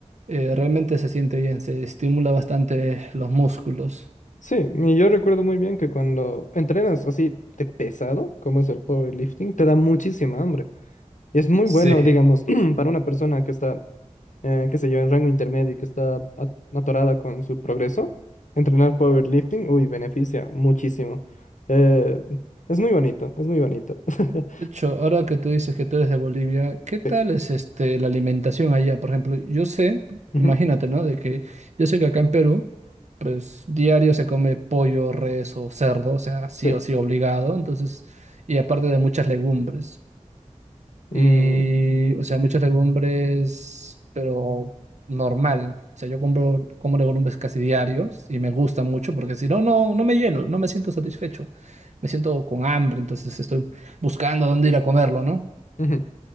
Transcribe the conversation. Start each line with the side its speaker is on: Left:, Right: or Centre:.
Right: eh, realmente se siente bien, se estimula bastante los músculos.
Left: Sí, y yo recuerdo muy bien que cuando entrenas así de pesado, como es el powerlifting, te da muchísima hambre. Es muy
Right: Sí.
Left: bueno, digamos, <clears throat> para una persona que está, eh, qué sé yo, en rango intermedio y que está a- atorada con su progreso, entrenar powerlifting, uy, beneficia muchísimo. Eh, es muy bonito, es muy bonito. <laughs>
Right: De hecho, ahora que tú dices que tú eres de Bolivia, ¿qué tal
Left: Sí.
Right: es este, la alimentación allá? Por ejemplo, yo sé,
Left: ujú,
Right: imagínate, ¿no? De que yo sé que acá en Perú, pues diario se come pollo, res o cerdo, o sea, sí
Left: sí.
Right: o sí obligado, entonces, y aparte de muchas legumbres.
Left: Mm,
Right: Y, o sea, muchos legumbres, pero normal. O sea, yo compro, como legumbres casi diarios y me gusta mucho porque si no, no, no me lleno, no me siento satisfecho. Me siento con hambre, entonces estoy buscando dónde ir a comerlo, ¿no?
Left: ujú.